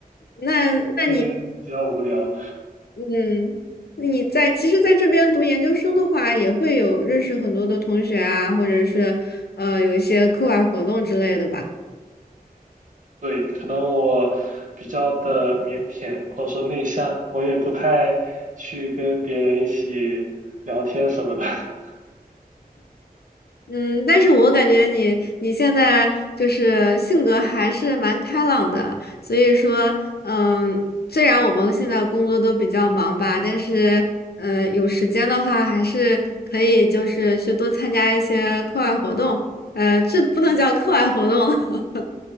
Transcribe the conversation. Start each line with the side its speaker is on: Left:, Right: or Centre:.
Left: 那那你。
Right: <laughs> 嗯这边比较无聊。
Left: 嗯，那你在其实在这边读研究生的话，也会有认识很多的同学啊，或者是呃有一些课外活动之类的吧。
Right: 对，可能我比较的腼腆或者说内向，我也不太去跟别人一起聊天什么的。<laughs>
Left: 嗯，但是我感觉你你现在就是性格还是蛮开朗的，所以说，嗯，虽然我们现在工作都比较忙吧，但是嗯，有时间的话，还是可以就是去多参加一些课外活动。呃，这不能叫课外活动了。<laughs>